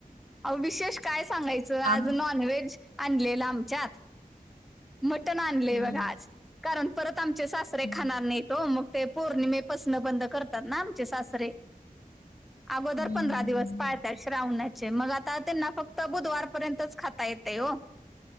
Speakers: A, in the centre; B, on the left (about 75°).
A: ओ विशेष काय सांगायचं आज
B: आम्ही
A: नॉन व्हेज. आणलेलं आमच्यात मटण आणलेय
B: हम्म
A: बघा आज कारण परत आमच्यात आचे सासरे
B: हं,
A: खाणार
B: हं,
A: नाहीत ओ मग ते पौर्णिमेपासून बंद करतात ना आमचे सासरे. अगोदर
B: हं,
A: पंधरा
B: हं.
A: दिवस. पाळतात श्रावणाचे मग आता त्यांना फक्त बुधवारपर्यंतच खाता येते हो.